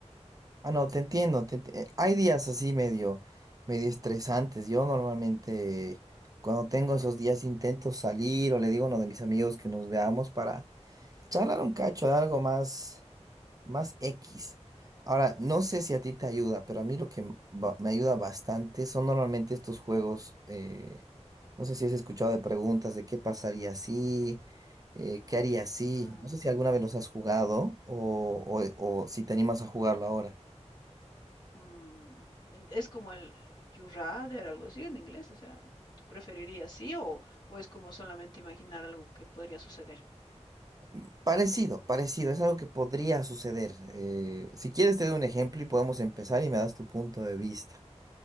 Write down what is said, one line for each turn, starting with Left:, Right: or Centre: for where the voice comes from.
Right: Ah, no, te entiendo. te enti- eh, Hay días así medio, medio estresantes. Yo normalmente cuando tengo esos días intento salir o le digo a uno de mis amigos que nos veamos para charlar un cacho de algo más. más X. Ahora, no sé si a ti te ayuda, pero a mí lo que m- ba- me ayuda bastante son normalmente estos juegos, eh, no sé si has escuchado de preguntas de qué pasaría si, eh, qué haría si,
Left: Ah,
Right: no sé si alguna vez los has jugado o, o- eh, o si te animas a jugarlo ahora.
Left: mm, es como el eh, you rather, algo así en inglés, o sea, ¿tú preferirías sí o, o es como solamente imaginar algo que podría suceder?
Right: Mm, Parecido, parecido, es algo que podría suceder. eh, si quieres te doy un ejemplo y podemos empezar y me das tu punto de vista.